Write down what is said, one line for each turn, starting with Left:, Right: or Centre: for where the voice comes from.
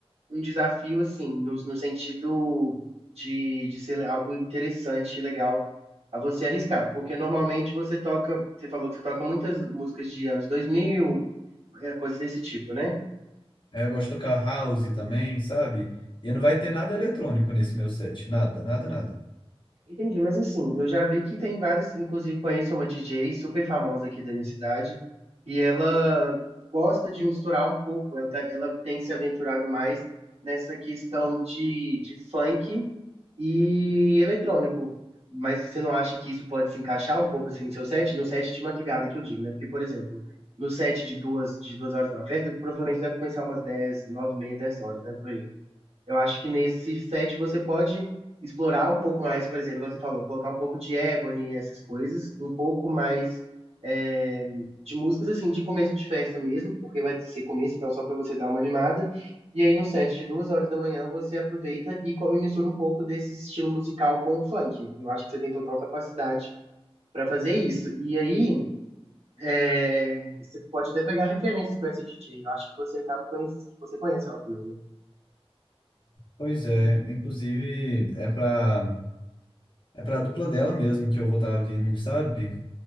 Right: um desafio, assim, no, no sentido de, de ser algo interessante e legal a você arriscar, porque normalmente você toca, você falou que você toca muitas músicas de anos 2000, é, coisas desse tipo, né?
Left: Aí eu gosto de tocar house também, sabe? E não vai ter nada eletrônico nesse meu set, nada, nada, nada.
Right: Entendi, mas assim, eu já vi que tem várias, inclusive conheço uma DJ super famosa aqui da minha cidade, e ela gosta de misturar um pouco, ela, tá- ela tem se aventurado mais nessa questão de, de funk e eletrônico. Mas você não acha que isso pode se encaixar um pouco assim no seu set? No set de madrugada que eu digo, né? Porque, por exemplo, no set de duas, de duas horas na festa, provavelmente deve começar umas dez, nove e meia, 10 horas, né? Por aí. Eu acho que nesse set você pode explorar um pouco mais, por exemplo, igual você falou, colocar um pouco de Ebony e essas coisas, um pouco mais é, de músicas assim, de começo de festa mesmo, porque vai ser começo, então só para você dar uma animada. E aí no set de duas horas da manhã você aproveita e co- e mistura um pouco desse estilo musical com o funk. Eu acho que você tem total capacidade para fazer isso. E aí eh, você pode até pegar referências com esse DJ. Eu acho que você acaba conhecendo, que você conhece ela também, né?
Left: Pois é, inclusive é pra, é pra dupla dela mesmo que eu vou estar abrindo, sabe?